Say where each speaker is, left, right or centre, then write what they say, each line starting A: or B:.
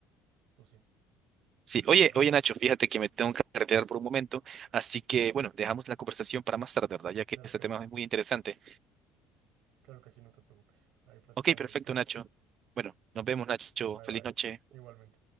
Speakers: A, on the right (about 70°); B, on the right (about 40°).
A: pues sí.
B: Sí,
A: Pero
B: oye,
A: bueno,
B: oye Nacho, fíjate que me tengo que retirar por un momento, así que bueno, dejamos la conversación para más tarde, ¿verdad? Ya que
A: claro
B: este
A: que
B: tema
A: sí,
B: es muy interesante.
A: claro que sí, no te preocupes. Ahí platicamos
B: Ok, perfecto,
A: después.
B: Nacho. Bueno, nos vemos, Nacho.
A: Bye,
B: Feliz
A: bye.
B: noche.
A: Igualmente.